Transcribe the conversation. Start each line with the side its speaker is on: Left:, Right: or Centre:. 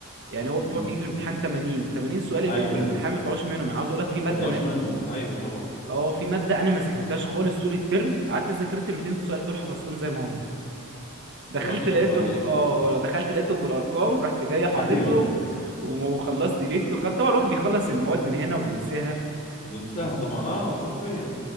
Right: يعني هو
Left: امم
Right: طبعا بيجي في الامتحان 80 80 سؤال اللي
Left: ايوه
Right: بيجوا في الامتحان ما بيطلعوش منهم يعني عاوز اقول لك في ماده
Left: ما يطلعوش
Right: من
Left: منهم ايوه طبعا
Right: اه في ماده انا ما ذاكرتهاش خالص طول الترم قعدت ذاكرت ال 200 سؤال دول حفظتهم زي ما هم دخلت
Left: ورحت طب
Right: لقيتهم
Left: لقيتهم
Right: اه دخلت لقيتهم بالارقام ورحت جاي حاططهم
Left: <laughs> ايوه
Right: وم- وخلصت دنيتي وخدت طبعا الواحد بيخلص المواد من هنا وبينساها
Left: بنساها طبعا اه ما حرفيا